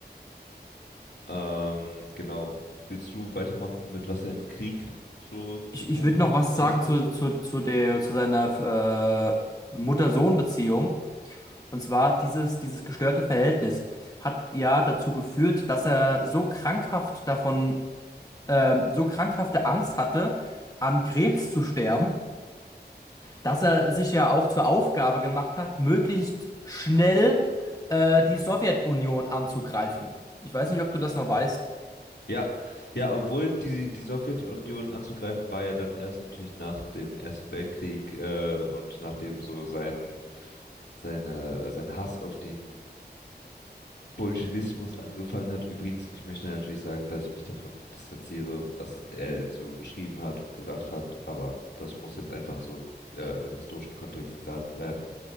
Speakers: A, on the left; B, on the left.
A: Ähm, genau, willst du weitermachen mit was er im Krieg so
B: Ich,
A: getan
B: ich würde
A: hat?
B: noch was
A: Weißt
B: sagen
A: du
B: zu,
A: das?
B: zu, zu der, zu seiner äh, Mutter-Sohn-Beziehung. Und zwar dieses, dieses gestörte Verhältnis hat ja dazu geführt, dass er so krankhaft davon ähm, so krankhafte Angst hatte, an Krebs zu sterben, dass er sich ja auch zur Aufgabe gemacht hat, möglichst schnell äh, die Sowjetunion anzugreifen. Ich weiß nicht, ob du das noch weißt.
A: Ja, ja, obwohl die, die Sowjetunion anzugreifen war ja dann erst natürlich nach dem Ersten Weltkrieg äh, und nachdem so sein, seine, sein Hass auf den Bolschewismus angefangen hat. Übrigens, ich möchte natürlich sagen, dass ich mich davon distanziere, was er so geschrieben hat und gesagt hat, aber das muss jetzt einfach so im äh, historischen Kontext gesagt werden.